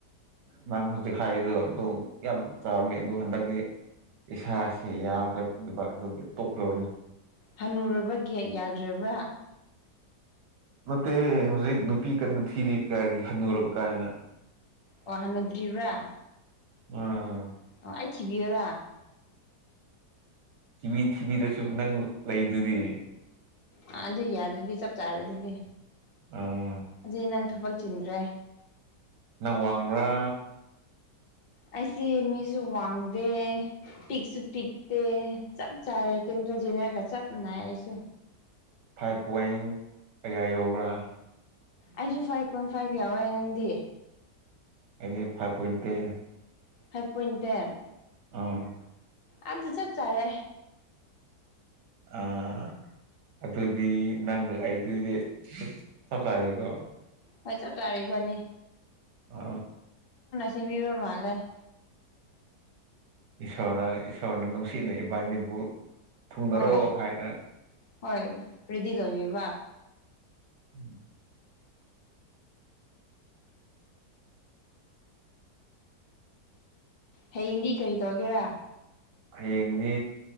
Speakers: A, on the right (about 85°); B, on the left (about 55°).
A: ꯅꯪ ꯍꯧꯖꯤꯛ ꯍꯥꯏꯔꯤꯗꯨꯣ ꯑꯗꯨ ꯌꯥꯝ ꯆꯥꯕꯅꯤ ꯑꯗꯨ ꯍꯟꯗꯛꯇꯤ ꯏꯁꯥꯁꯤ ꯌꯥꯗꯕ ꯑꯗꯨꯝ ꯇꯣꯛꯂꯕꯅꯤ
B: ꯍꯟꯅꯨꯔꯕ ꯒꯌꯥꯠ ꯌꯥꯗ꯭ꯔꯕ꯭ꯔꯥ
A: ꯃꯦ ꯍꯧꯖꯤꯛ ꯅꯨꯄꯤ ꯀꯟꯅꯅ ꯊꯤꯔꯤ ꯀꯥꯏꯒꯤ ꯍꯅꯔꯕ ꯀꯥꯏꯅ
B: ꯋꯥ ꯍꯅꯨꯗ꯭ꯔꯤꯔꯤꯕ꯭ꯔꯥ
A: ꯑꯣꯝ
B: ꯑ ꯑꯩ ꯊꯤꯕꯤꯌꯔꯥ
A: ꯊꯤꯕꯤ ꯊꯤꯕꯤꯗꯁꯨ ꯅꯪ ꯂꯩꯗꯨꯗꯤ
B: ꯑꯥ ꯑꯗꯨ ꯌꯥꯔ ꯑꯗꯨꯗꯤ ꯆꯞ ꯆꯥꯔ ꯑꯗꯨꯗꯤ
A: ꯑꯥ
B: ꯑꯗꯨꯗꯤ ꯅꯪ ꯊꯕꯛ ꯆꯤꯟꯗ꯭ꯔꯦ
A: ꯅꯪ ꯋꯥꯡꯕ꯭ꯔꯥ
B: ꯑꯩꯁꯤꯦ ꯃꯤꯁꯨ ꯋꯥꯡꯗꯦ ꯄꯤꯛꯁꯨ ꯄꯤꯛꯇ ꯆ ꯆꯥꯔꯦ ꯀ ꯖꯤꯅꯦꯒ ꯆ ꯁꯨ
A: ꯐꯥꯏꯚ ꯄꯣꯏꯟ ꯀꯌꯥ ꯌꯧꯕ꯭ꯔꯥ
B: ꯑꯩꯁꯨ ꯐꯥꯏꯚ ꯄꯣꯏꯟ ꯐꯥꯏꯚ ꯌꯥꯎꯋꯦ ꯅꯪꯗꯤ
A: ꯑꯗꯨꯗꯤ ꯐꯥꯟꯇ
B: ꯐꯥꯏꯚ ꯄꯣꯏꯟ ꯇꯦꯟ
A: ꯎꯝ
B: ꯑꯗꯨ ꯆꯞ ꯆꯥꯔꯦ
A: ꯑꯥ ꯑꯗꯨꯗꯤ ꯅꯪ ꯑꯩꯗꯨꯗꯤ ꯆꯞ ꯆꯥꯔꯀꯣ
B: ꯍꯣꯏ ꯆꯞ ꯆꯥ ꯐꯅꯤ
A: ꯑ
B: ꯁꯤꯕꯤꯕ ꯃꯥ ꯂꯩꯦ
A: ꯑꯣꯔꯁꯣꯔꯅ ꯁꯤꯅ ꯏꯕꯥꯅꯤꯕꯨ ꯊꯨꯡꯅꯔꯣ
B: ꯍꯣꯏ
A: ꯍꯥꯏꯅ
B: ꯍꯣꯏ ꯔꯤꯗꯤ ꯇꯧꯕꯤꯕ
A: ꯎꯝ
B: ꯍꯌꯦꯡꯗꯤ ꯀꯔꯤ ꯇꯧꯒꯦꯔꯥ
A: ꯌꯦꯗꯤ